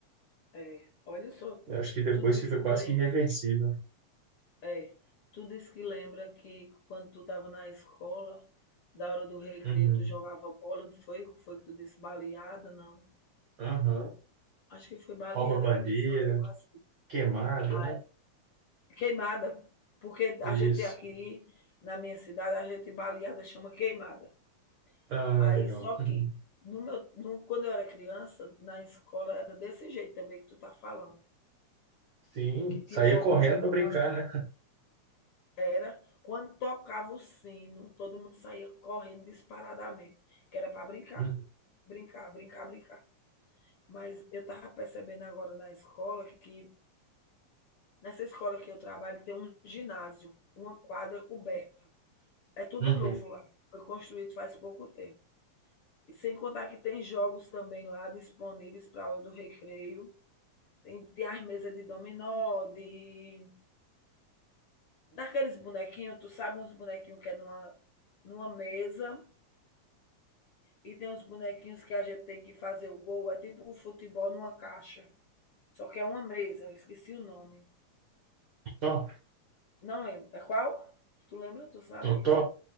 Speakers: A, on the left; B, on the right.
A: É. Olha só.
B: Eu acho que depois
A: Tu disse
B: fica
A: que
B: quase
A: lembra.
B: que irreversível.
A: É, tudo isso que lembra que quando tu estava na escola, da hora do recreio,
B: Uhum.
A: tu jogava bola, não foi? Foi que tu disse baleada, não?
B: Aham.
A: Acho que foi baleada
B: Rouba bandeira,
A: que tu falou assim.
B: queimada,
A: Ah,
B: né?
A: é. Queimada, porque a
B: Isso.
A: gente aqui na minha cidade, a gente baleada chama queimada.
B: Ah,
A: Aí
B: legal.
A: só
B: Uhum.
A: que no meu, no, quando eu era criança, na escola era desse jeito também que tu tá falando,
B: Sim,
A: que
B: saía
A: tinha um momento
B: correndo
A: que
B: para brincar,
A: na
B: né?
A: Era quando tocava o sino, todo mundo saía correndo disparadamente, que era para brincar,
B: Uhum.
A: brincar, brincar, brincar. Mas eu estava percebendo agora na escola que, nessa escola que eu trabalho, tem um ginásio, uma quadra coberta. É tudo
B: Uhum.
A: novo lá, foi construído faz pouco tempo. E sem contar que tem jogos também lá disponíveis para a hora do recreio. Tem, tem as mesas de dominó, de daqueles bonequinhos, tu sabe uns bonequinhos que é numa, numa mesa E tem uns bonequinhos que a gente tem que fazer o gol. É tipo um futebol numa caixa. Só que é uma mesa. Eu esqueci o nome.
B: Tó,
A: Não lembro. É qual? Tu lembra? Tu sabe?
B: totó?